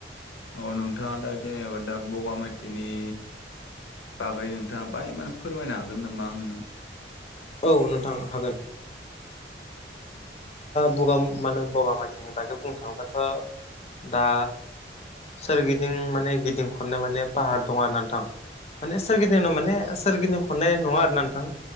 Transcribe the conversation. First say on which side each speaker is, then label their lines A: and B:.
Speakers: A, on the left (about 85°); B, on the left (about 35°).
A: औ नोंथाङा दा जेनेबा दा बगामाथिनि बागै नोंथाङा बाहाय फोरमायनो हागोन नामा आंनो
B: औ नोंथां हागोन बगा मा होनो बगामाथिनि बागै बुंनो थाङोबाथ' दा सोरगिदिं माने गिदिं खननाय माने पाहार दं आरो नोंथां माने सोरगिदिंनो माने सोरगिदिं हननाय नङा आरो ना नोंथां